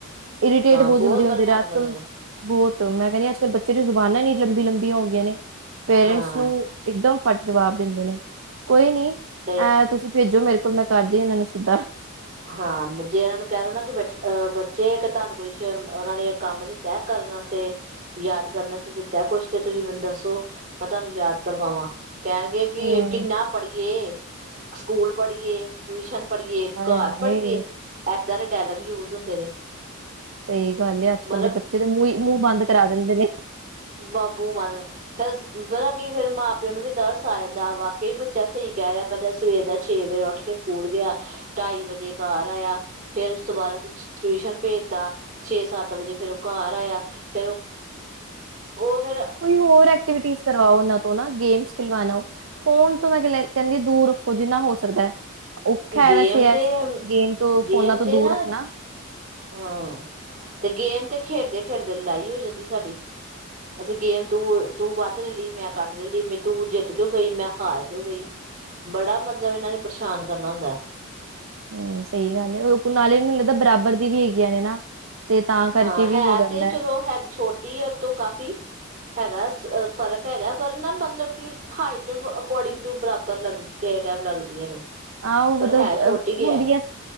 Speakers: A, on the right; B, on the right.
A: ਇਰੀਟੇਟ
B: ਹਾਂ
A: ਬਹੁਤ ਜਲਦੀ ਹੁੰਦੀ
B: ਪਰੇਸ਼ਾਨ
A: ਰਿਹਾ ਅੱਜ
B: ਕਰਦੇ
A: ਕੱਲ੍ਹ।
B: ਨੇ
A: ਬਹੁਤ ਮੈਂ ਕਹਿੰਦੀ ਅੱਜ ਕੱਲ੍ਹ ਬੱਚੇ ਦੀ ਜ਼ੁਬਾਨਾਂ ਇੰਨੀ ਲੰਬੀ ਲੰਬੀਆਂ ਹੋ ਗਈਆਂ ਨੇ ਪੇਰੈਂਟਸ
B: ਹਾਂ
A: ਨੂੰ। ਇਕਦਮ ਫੱਟ ਜਵਾਬ ਦਿੰਦੇ ਨੇ ਕੋਈ ਨੀ ਇਹ
B: ਅਤੇ
A: ਤੁਸੀਂ ਭੇਜੋ ਮੇਰੇ ਕੋਲ਼। ਫਿਰ ਮੈਂ ਕਰਦੀ ਇਹਨਾਂ ਨੂੰ ਸਿੱਧਾ।
B: ਹਾਂ ਜੇ ਇਹਨਾਂ ਨੂੰ ਕਹਿ ਲਓ ਨਾ ਕਿ ਬ ਅਹ ਬੱਚੇ ਕਿ ਤੁਹਾਨੂੰ ਕੁਛ ਉਹਨਾਂ ਨੇ ਕੰਮ ਦਿੱਤਾ। ਤੈਅ ਕਰਨਾ ਸੀ। ਯਾਦ ਕਰਨਾ ਸੀ ਦਿੱਤਾ ਕੁਛ ਤੇ ਤੁਸੀਂ ਮੈਨੂੰ ਦੱਸੋ ਮੈਂ ਤੁਹਾਨੂੰ ਯਾਦ ਕਰਵਾਵਾਂ। ਕਹਿਣਗੇ
A: ਹੂੰ
B: ਕਿ ਕਿੰਨਾ ਪੜ੍ਹੀਏ, ਸਕੂਲ ਪੜ੍ਹੀ ਟਿਊਸ਼ਨ ਪੜ੍ਹੀਏ।
A: ਹਾਏ
B: ਘਰ
A: ਹਾਏ
B: ਪੜ੍ਹੀਏ ਏਦਾਂ ਦੇ ਡਾਇਲੌਗ ਯੂਜ ਹੁੰਦੇ ਨੇ।
A: ਸਹੀ ਗੱਲ ਹੈ। ਅੱਜ
B: ਮਤਲਬ
A: ਕੱਲ ਦੇ ਬੱਚੇ ਤਾਂ ਮੂੰਹ ਮੂੰਹ ਬੰਦ ਕਰਾ ਦਿੰਦੇ ਨੇ।
B: ਬੱਬੂ ਮਾਨ। ਫਿਰ ਪਤਾ ਕੀ ਫੇਰ ਮਾਂ ਪਿਓ ਨੂੰ ਵੀ ਤਰਸ ਆ ਜਾਂਦਾ ਵਾਕਈ ਬੱਚਾ ਸਹੀ ਕਹਿ ਰਿਹਾ ਪਹਿਲਾਂ ਸਵੇਰ ਦਾ ਛੇ ਵਜੇ ਉੱਠ। ਉੱਠ ਕੇ ਸਕੂਲ ਗਿਆ ਢਾਈ ਵਜੇ ਘਰ ਆਇਆ ਫੇਰ ਉਸ ਤੋਂ ਬਾਅਦ ਅਸੀਂ ਟਿਊਸ਼ਨ ਭੇਜ ਤਾਂ। ਛੇ ਸੱਤ ਵਜੇ ਫੇਰ ਉਹ ਘਰ ਆਇਆ ਫੇਰ ਉਹ ਉਹ ਫੇਰ।
A: ਕੋਈ ਹੋਰ ਐਕਟੀਵਿਟੀਜੀ ਕਰਵਾਓ ਉਹਨਾਂ ਨੂੰ। ਹਨਾ ਗੇਮ ਖਿਲਵਾਲੋ ਫੋਨ ਤੋਂ ਮੈਂ ਕਹਿੰਦੀ ਦੂਰ ਰੱਖੋ ਜਿੰਨਾ ਹੋ ਸਕਦਾ ਹੈ। ਔਖਾ
B: ਗੇਮ
A: ਵੈਸੇ
B: ਤੇ
A: ਇਸ ਗੇਮ ਤੋਂ
B: ਗੇਮ
A: ਫੋਨਾਂ ਤੋਂ
B: ਤੇ
A: ਦੂਰ
B: ਨਾ
A: ਰੱਖਣਾ ਹੈ।
B: ਹਾਂ ਤੇ ਗੇਮ ਤੇ ਖੇਡਦੇ ਖੇਡਦੇ ਲੜਾਈ ਹੋ ਜਾਂਦੀ ਸਾਡੀ। ਅਸੀਂ ਗੇਮ ਤੂੰ -ਤੂੰ ਵੱਧ ਲੈ ਲਈ, ਮੈਂ ਕੱਟ ਲੈ ਲਈ, ਮੈਂ ਤੂੰ ਜਿੱਤ ਕਿਉਂ ਗਈ, ਮੈਂ ਹਾਰ ਕਿਉਂ ਗਈ। ਬੜਾ ਮਤਲਬ, ਇਹਨਾਂ ਨੇ ਪਰੇਸ਼ਾਨ ਕਰਨਾ ਹੁੰਦਾ ਹੈ।
A: ਹੂੰ ਸਹੀ ਗੱਲ ਹੈ। ਉਹ ਨਾਲ਼ੇ ਮੈਨੂੰ ਲੱਗਦਾ ਬਰਾਬਰ, ਦੀ ਵੀ ਹੈਗੀਆਂ ਨੇ ਨਾ। ਤੇ ਤਾਂ ਕਰਕੇ
B: ਹਾਂ
A: ਵੀ
B: ਹੈ
A: ਹੋ ਜਾਂਦਾ
B: ਤੇ ਚਲੋ ਹੈ, ਛੋਟੀ ਤੋਂ ਕਾਫ਼ੀ, ਹੈਗਾ, ਫ਼ਰਕ ਹੈਗਾ ਪਰ ਨਾ ਮਤਲਬ ਕਿ, ਹਾਈਟ ਅਕੋਰਡਿੰਗ ਟੂ, ਬਰਾਬਰ ਲਗ ਕਿਸੇ ਟਾਈਮ ਲੱਗਦੀਆਂ ਨੇ,
A: ਆਹ ਉਹ
B: ਪਰ
A: ਮਤਲਬ
B: ਹੈ ਛੋਟੀ
A: ਹੁੰਦੀ ਹੈ,